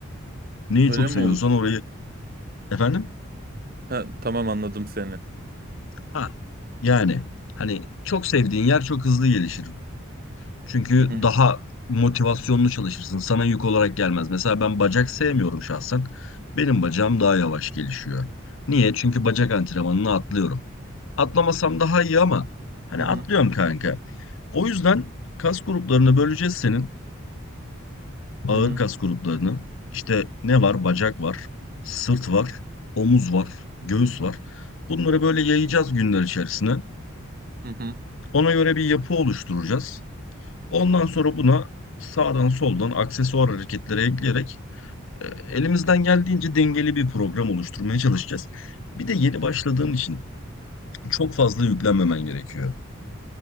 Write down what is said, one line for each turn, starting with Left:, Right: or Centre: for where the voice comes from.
Left: Neyi
Right: Öyle
Left: çok
Right: mi
Left: seviyorsan
Right: oluyor?
Left: orayı efendim?
Right: Ha, tamam anladım seni.
Left: Ha. Yani hani çok sevdiğin yer çok hızlı gelişir. Çünkü
Right: Hı hı,
Left: daha motivasyonlu çalışırsın. Sana yük olarak gelmez. Mesela ben bacak sevmiyorum şahsen. Benim bacağım daha yavaş gelişiyor. Niye? Çünkü bacak antrenmanını atlıyorum. Atlamasam daha iyi ama hani
Right: hı
Left: atlıyorum
Right: hı,
Left: kanka. O yüzden kas gruplarını böleceğiz senin. Ağır
Right: hı hı,
Left: kas gruplarını. İşte ne var? Bacak var, sırt var, omuz var, göğüs var. Bunları böyle yayacağız günler içerisine.
Right: hı hı,
Left: Ona göre bir yapı oluşturacağız. Ondan sonra buna sağdan soldan aksesuar hareketlere ekleyerek e, elimizden geldiğince dengeli bir program oluşturmaya çalışacağız. Bir de yeni başladığın için çok fazla yüklenmemen gerekiyor.